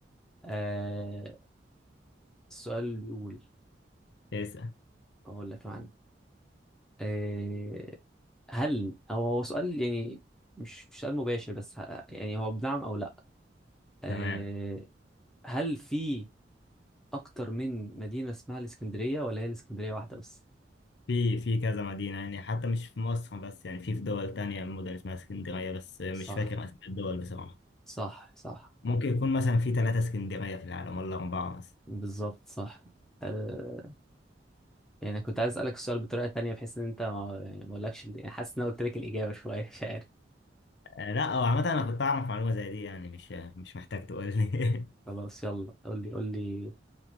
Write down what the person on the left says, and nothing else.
اسأل
تمام
في في كذا مدينة يعني حتى مش في مصر بس يعني في في دول تانية مدن اسمها اسكندرية بس مش
فاكر أسماء الدول بصراحة
ممكن يكون مثلا في ثلاثة اسكندرية في العالم ولا أربعة مثلا
آه، لا هو عامة أنا كنت أعرف معلومة زي دي يعني مش مش محتاج تقول لي